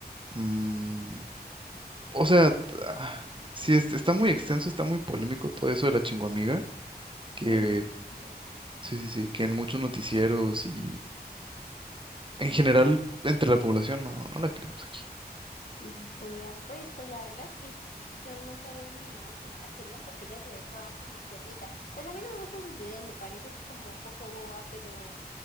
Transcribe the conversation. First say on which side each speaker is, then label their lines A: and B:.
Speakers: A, on the right; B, on the left.
A: mm, o sea, ah, sí, es- está muy extenso, está muy polémico todo eso de la chingoamiga, que
B: Entiendo.
A: sí, sí, sí, que en muchos noticieros y en general entre la población no, no la queremos aquí.
B: Voy a, pues, pues la verdad es que yo nunca hubiera imaginado que no la querían porque ella se ve toda como tiernita. Pues a mí no me gustan sus videos, me parece como un poco boba, pero,